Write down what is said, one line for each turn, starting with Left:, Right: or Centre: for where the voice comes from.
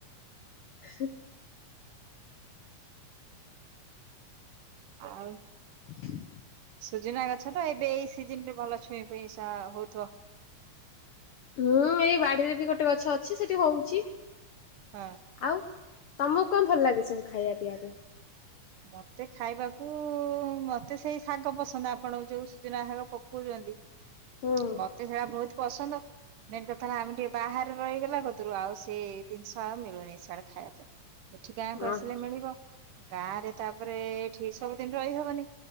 Left: <inaudible>
Right: ଆଉ,
Left: <inaudible>
Right: ସୁଜୁନା ଗ ଛତ ଏବେ ଏଇ ସିଜନ୍ ରେ ଭଲ ଛୁଇଁ ହୁଏ ସ ତା ହୋଉଥିବ।
Left: ହଁ ଏଇ ବାଡିରେ ବି ଗୋଟେ ଗଛ ଅଛି ସେଠି ହଉଛି।
Right: ହଁ।
Left: ଆଉ ତମକୁ କଣ ଭଲ ଲାଗେ ସବୁ? ଖାଇବା ପିଆ ପାଇଁ।
Right: ମତେ ଖାଇବାକୁ ମତେ ସେଇ ଶାଗ ପସନ୍ଦ ଆପଣ ଯୋଉ ସୁଜୁନା ଶାଗ ପକଉଛନ୍ତି
Left: ହୁଁ।
Right: ମତେ ସେଡା ବହୁତ ପସନ୍ଦ ମେନ୍ କଥା ହେଲା ଆମେ ଟିକେ ବାହାରେ ରହିଗଲା କତରୁ ଆଉ ସେ ଜିନିଷ ଆଉ ମିଳୁନି ସିଆଡେ ଖାଇବା ପାଇଁ ଏଠି ଗାଁକୁ
Left: ଓହୋ
Right: ଆସିଲେ ମିଳିବ। ଗାରେ ତାପରେ ଏ ସେଠି ସବୁଦିନ ରହିହବନି